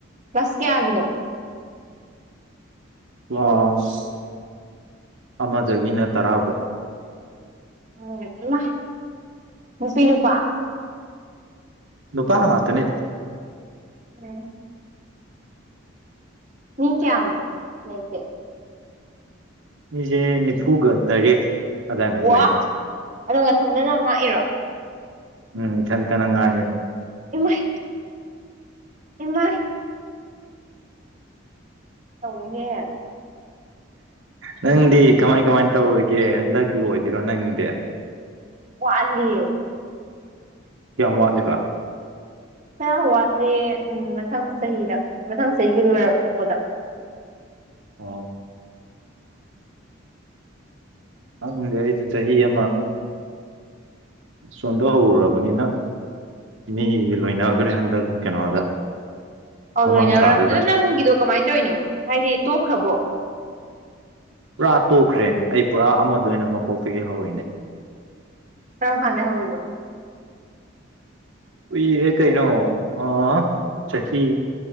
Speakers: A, on the right; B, on the right.
A: ꯑꯣ ꯁ ꯀꯦꯌꯥꯒꯅꯣ
B: ꯀ꯭ꯂꯥꯁ ꯑꯃꯗꯒꯤꯅ ꯇꯔꯥꯐꯥꯎ
A: ꯎꯝ ꯅꯨꯄꯤ ꯅꯨꯄꯥ
B: ꯅꯨꯄꯥ ꯉꯥꯛꯇꯅꯤꯗ
A: ꯎꯝ ꯃꯤ ꯀꯌꯥ ꯃꯨꯛꯅꯣ
B: ꯃꯤꯁꯦ ꯅꯤꯐꯨꯒ ꯇꯔꯦꯠ ꯑꯗꯨꯗꯥꯏꯃꯨꯛ
A: ꯋꯥ
B: ꯂꯩ
A: ꯑꯗꯣ ꯉꯊꯟꯗꯅ ꯉꯥꯛꯏꯔꯣ
B: ꯎꯝ ꯆꯜ ꯇ ꯅꯪꯥꯏ
A: ꯏꯃꯥꯏ ꯏꯃꯥꯏ ꯑꯍꯦ
B: ꯅꯪꯗꯤ ꯀꯃꯥꯏ ꯀꯃꯥꯏ ꯇꯧꯔꯤꯒꯦ ꯍꯟꯗꯛ ꯂꯣꯏꯗꯣꯏꯔꯣ ꯅꯪꯗꯤ
A: ꯋꯥꯂꯤꯦ
B: ꯀꯌꯥꯝ ꯋꯥꯠꯂꯤꯕ
A: ꯈꯔ ꯋꯥꯠꯂꯦ ꯎꯝ ꯃꯊꯪ ꯆꯍꯤꯗ ꯃꯊꯪ ꯆꯍꯤꯒꯤ ꯂꯣꯏꯔꯛꯄꯗ
B: ꯑ ꯍꯪꯗꯦ ꯑꯩꯁꯨ ꯆꯍꯤ ꯑꯃ ꯁꯣꯟꯗꯣꯛꯍꯧꯔꯔꯕꯅꯤꯅ ꯃꯤ ꯂꯣꯏꯅꯈ꯭ꯔꯦ ꯍꯟꯗꯛ ꯀꯩꯅꯣꯗ
A: ꯑꯧ
B: ꯃꯃꯥꯡ
A: ꯂꯣꯏꯅ
B: ꯊꯥꯗꯨꯗ
A: ꯑꯣ ꯅꯪꯒꯤꯗꯣ ꯀꯃꯥꯏꯅ ꯇꯧꯔꯤꯅꯣ ꯍꯥꯏꯗꯤ ꯇꯣꯛꯈ꯭ꯔꯕꯣ
B: ꯄꯨꯔꯥ ꯇꯣꯛꯈ꯭ꯔꯦ ꯑꯩ ꯄꯨꯔꯥ ꯑꯃꯗ ꯑꯣꯏꯅ ꯃꯀꯣꯛꯇꯒꯤ ꯍꯧꯔꯤꯅꯦ
A: ꯀꯔꯝ ꯐꯥꯟꯗ ꯍꯧꯔꯤꯕ
B: ꯎꯏꯔꯦ ꯀꯩꯅꯣ ꯑ ꯆꯍꯤ